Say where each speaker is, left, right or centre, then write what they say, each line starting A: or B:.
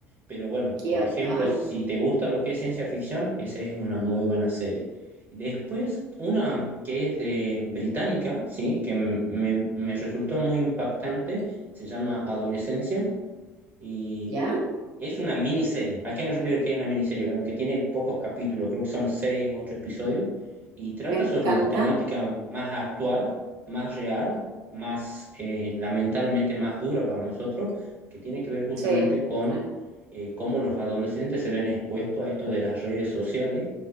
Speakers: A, on the right; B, on the right.
A: Pero bueno,
B: Qué
A: por
B: bacán.
A: ejemplo, si te gusta lo que es ciencia ficción, esa es una muy buena serie. Después, una que es de británica, sí, que m- me, me resultó muy impactante, se llama Adolescencia y
B: ¿Ya?
A: es una miniserie. ¿A qué me refiero que es una miniserie? Bueno, que tiene pocos capítulos, creo que son seis, ocho episodios, y trata
B: Me encanta.
A: sobre una temática más actual, más real, más eh, lamentablemente más dura para nosotros, que tiene que ver justamente
B: Sí.
A: con
B: Bueno.
A: eh, cómo los adolescentes se ven expuestos a esto de las redes sociales